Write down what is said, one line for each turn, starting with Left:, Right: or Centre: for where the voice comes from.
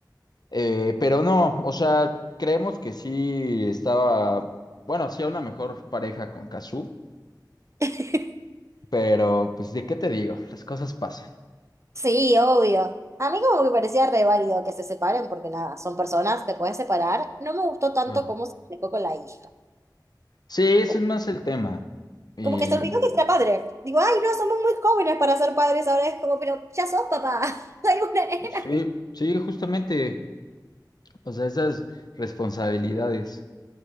Left: Eh, pero no, o sea, creemos que sí estaba, bueno, hacía una mejor pareja con Kazu,
Right: <laughs>
Left: pero pues de qué te digo, las cosas pasan.
Right: Sí, obvio. A mí como que me parecía re válido que se separen, porque nada, son personas, te puedes separar. No me gustó tanto
Left: Claro.
Right: cómo se dejó con la hija.
Left: Sí, ese
Right: Como,
Left: es más el tema. Y
Right: como que se olvidó que era padre. Digo, ay, no, somos muy jóvenes para ser padres ahora. Es como, pero ya sos papá. <laughs> Hay una nena.
Left: sí,
Right: <laughs>
Left: sí, justamente, o sea, esas responsabilidades.